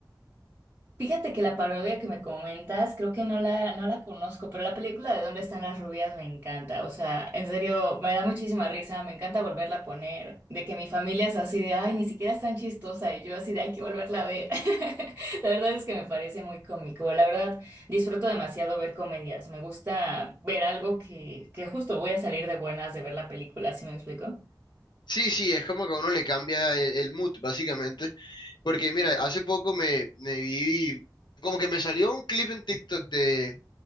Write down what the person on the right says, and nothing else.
Fíjate que la parodia que me comentas, creo que no la, no la conozco, pero la película de ¿Dónde están las rubias? me encanta. O sea, en serio, me da muchísima risa, me encanta volverla a poner, de que mi familia es así de, ay, ni siquiera es tan chistosa, y yo así de, hay que volverla a ver. <laughs> La verdad es que me parece muy cómico. La verdad, disfruto demasiado ver comedias. Me gusta ver algo que, que justo voy a salir de buenas de ver la película, ¿sí me explico?